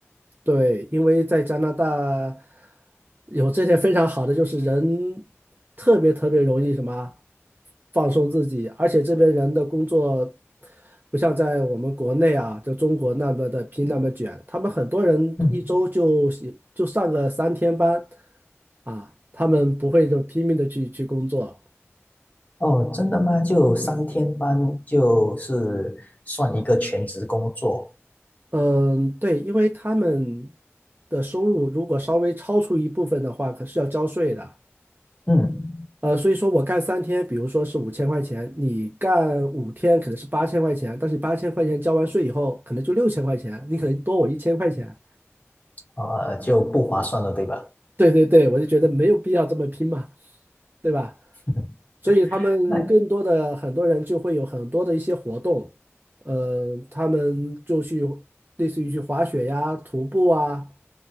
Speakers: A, on the right; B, on the left.
A: 对，因为在加拿大有这些非常好的，就是人特别特别容易什么放松自己，而且这边人的工作不像在我们国内啊，就中国那么的拼那么卷，他们很多人一周就就上个三天班
B: 嗯，
A: 啊，他们不会就拼命的去去工作。
B: 哦，真的吗？就三天班就是算一个全职工作。
A: 嗯，对，因为他们的收入如果稍微超出一部分的话，可是要交税的。
B: 嗯。
A: 呃，所以说我干三天，比如说是五千块钱，你干五天可能是八千块钱，但是你八千块钱交完税以后，可能就六千块钱，你可能多我一千块钱。
B: 啊，就不划算了，对吧？
A: 对对对，我就觉得没有必要这么拼嘛，对吧？
B: <laughs>
A: 所以他们更多的很多人就会有很多的一些活动，
B: 那
A: 呃，他们就去类似于去滑雪呀、徒步啊，